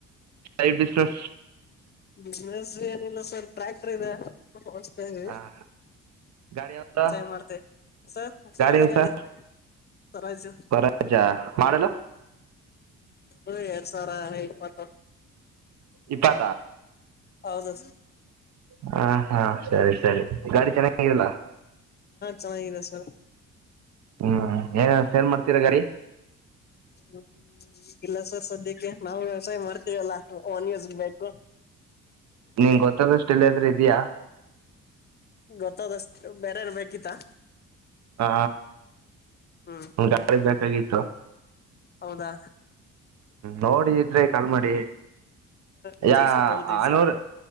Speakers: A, on the right; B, on the left.
A: side business.
B: Business sir tractor ಇದೆ ಹೊಸದಾಗಿ
A: ಹಾಂ ಗಾಡಿ ಯಾವ್ದು
B: ಜೈ ಮಾಡ್ತಿವಿ ಸರ್ ಸರೋಜ್
A: ಏನು
B: ಗಾಡಿ
A: ಸರ್
B: ಸರೋಜ್
A: ಸ್ವರಾಜ ಮಾಡಲು
B: <unintelligible> ಎರಡು ಸಾವಿರ ಇಪತ್ತು
A: ಇಪತ್ತ
B: ಹೌದು
A: ಹ ಹ್ ಸರಿ ಸರಿ ಗಾಡಿ ಚನ್ನಾಗಿಲ್ಲ
B: ಚನ್ನಾಗಿದೆ ಸರ್
A: ಹ್ಮ್ಮ್ ಏನ್ ಸೇಲ್ ಮಾಡ್ತೀರಾ ಗಾಡಿ
B: ಹ ಇಲ್ಲಾ ಸರ್ ಸದ್ಯಕೆ ನಾವು ವ್ಯವಸಾಯ ಮಾಡ್ತೀವಿ ಅಲ್ಲಾ ನಮ್ಮ ಉಜ್ ಗೆ ಬೇಕು.
A: ನಿಂಗ್ ಗೊತ್ತ ಇರೋ ಸ್ಟಿಲ್ ಆದ್ರೂ ಇದಿಯ
B: ಗೊತ್ತಾ ದೋಸ್ತ್ ಬೇರೆಯವರಗೆ ಬೇಕಿತ್ತಾ
A: ಹಾ
B: ಹ್ಮ್
A: ಒಂದ್ ಯುಕ್ರೇ ಬೇಕಾಗಿತ್ತು
B: ಹೌದಾ
A: ನೋಡಿ ಇದ್ರೆ ಕಾಲ್ ಮಾಡ್. ಹೇ
B: ವಿಚಾರ್ಸ್ಬಿಟ್ಟು
A: ಹಾ
B: ಹೇಳ್ತೀವಿ
A: ಆನೂರ್
B: ಸರ್